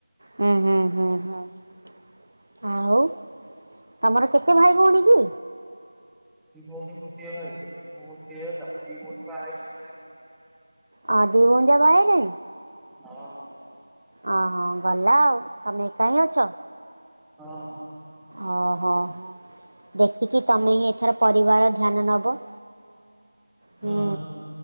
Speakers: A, on the right (about 70°); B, in the centre.
A: ହୁଁ ହୁଁ ହୁଁ ହ ହୁଁ। ଆଉ ତମର କେତେ ଭାଇ ଭଉଣୀ କି?
B: ଦି ଭଉଣୀ ଗୋଟିଏ ଭାଇ। ମୁ ଗୋଟିଏ ଏକା ଦି ଭଉଣୀ ବାହା ହୋଇସାରିଲେଣି।
A: ହଁ ଦି ଭଉଣୀ ଯା ବାହାହେଲେଣି?
B: ହଁ।
A: ଅ ହ ଭଲ ଆଉ ତମେ ଏକା ହିଁ ଅଛ?
B: ହଁ।
A: ଓ ହୋ ହୋ। ଦେଖିକି ତମେ ହିଁ ଏଥର ପରିବାର ଧ୍ୟାନ ନବ। ହୁଁ।
B: ହଁ।